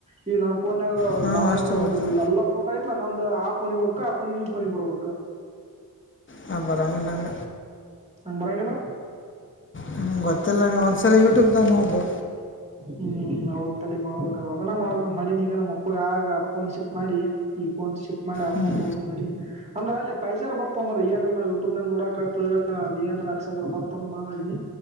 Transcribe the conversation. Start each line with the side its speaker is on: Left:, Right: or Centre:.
Right: ಈಗ ನನ್ ಫೋನ್ ನ್ಯಾಗ
Left: ಹ್ಞೂ
Right: ವಾಟ್ಸಆಪ್ಗ
Left: ಅಷ್ಟೇ
Right: ಬಂದಿದ್ದು
Left: ಗೊತ್ತಾ
Right: ಎಲ್ಲಾ ಫೋಟೋ ಐತ್ಲ ನಂದ ಆಪ್ ಪನಿಕೋಬೇಕ್ಕ ಆ ಫೋನಿಗ ಇ ಫೋನಿಗ ಬರಬೇಕ.
Left: ಹ ಬರಂಗ ಇಲ್ಲಂಗ.
Right: ಹಂಗ ಬರಂಗಿಲ್ಲ.
Left: ಹ್ಞೂ ಗೊತ್ತಿಲ್ಲ ನಂಗ ಒಂದ್ಸಲ ಯೂಟ್ಯೂಬ್ ದಾಗ ನೋಡು.
Right: ಹ್ಮ ಹೌದ ತಡಿ ಮಾಡ್ಬೇಕ ಅದನ್ನ ಮಾಡ್ಬೇಕ ಮಾಡಿನ ಈಗ ನಮ್ಮ ಅಪ್ಪಗ ಆಗ ಫೋನ್ ಶಿಪ್ ಮಾಡಿ ಈ ಫೋನ್ ಶಿಪ್ ಮಾಡಿ ಆ
Left: ಹ್ಞೂ
Right: ಫೋನ್ ತುಗೋಬೇಕ ಮಾಡೀನಿ. ಅಲ್ಲೋ ಅಲ್ಲಿ ಪೈಜ ಅರಾ ಬರ್ತ ಮ್ರ ಏನ್ರ ನಾವ ಯೂಟ್ಯೂಬ್ ನ್ಯಾಗ ನೋಡಕತ್ ಅದ ಏನ್ರ ಆಕ್ಸಕ ಅರ ಬರ್ತ ಅತ್ತ ನಾ ಮಾಡಿನಿ.